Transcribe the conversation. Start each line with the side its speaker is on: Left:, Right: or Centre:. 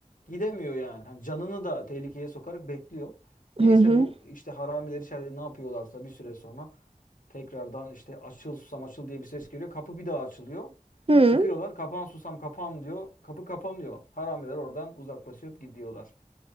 Left: gidemiyor yani. Hani canını da tehlikeye sokarak bekliyor. Neyse
Right: Hı hı.
Left: bu işte haramiler içeride ne yapıyorlarsa bir süre sonra tekrardan işte açıl susam açıl diye bir ses geliyor. Kapı bir daha açılıyor.
Right: Hı.
Left: Çıkıyorlar kapan susam kapan diyor. Kapı kapanıyor. Haramiler oradan uzaklaşıp gidiyorlar.